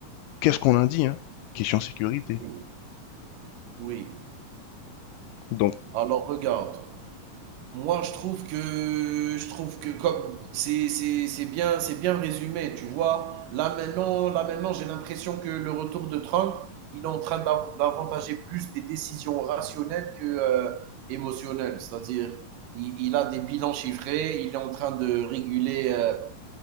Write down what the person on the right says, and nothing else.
oui, oui.
Alors regarde, moi je trouve que je trouve que comme c'est c'est c'est bien c'est bien résumé, tu vois. Là maintenant, là maintenant, j'ai l'impression que le retour de Trump, il est en train d'av- d'avantager plus des décisions rationnelles que euh, émotionnelles. C'est-à-dire, il, il a des bilans chiffrés, il est en train de réguler. euh,